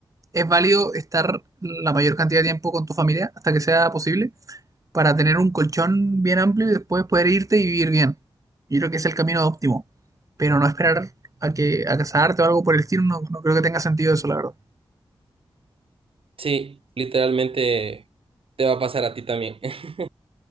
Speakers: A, on the right (about 35°); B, on the right (about 75°).
A: es válido estar la mayor cantidad de tiempo con tu familia hasta que sea posible para tener un colchón bien amplio y después poder irte y vivir bien. Yo creo que es el camino óptimo, pero no esperar a que a casarte o algo por el estilo, no, no creo que tenga sentido eso, la verdad.
B: Sí, literalmente te va a pasar a ti también. <laughs>